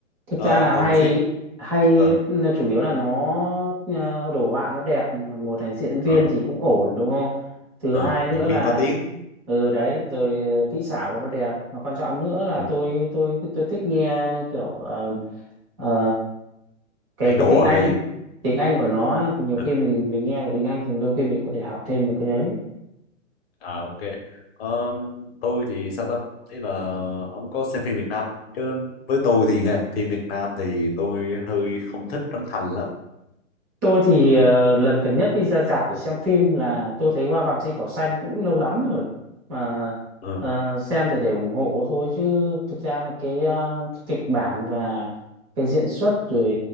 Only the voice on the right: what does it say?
thực
ra là
hay
hay
là chủ yếu là nó ờ, đồ họa nó đẹp một là diễn viên
thì cũng ổn đúng không thứ
hai nữa
là
ừ đấy rồi kỹ xảo của nó đẹp mà quan trọng nữa là
tôi tôi tôi thích nghe kiểu ờ, ờ, cái
cái tiếng
Anh
tiếng Anh của nó ấy, thì nhiều
khi mình mình nghe được tiếng Anh thì đôi khi mình có thể học thêm được cái đấy
Tôi thì ờ, lần gần nhất đi ra rạp để xem phim là tôi thấy Hoa vàng trên cỏ xanh cũng lâu lắm rồi mà
ờ, xem thì để ủng hộ thôi chứ thực ra là cái, ờ, cái kịch bản và cái diễn xuất rồi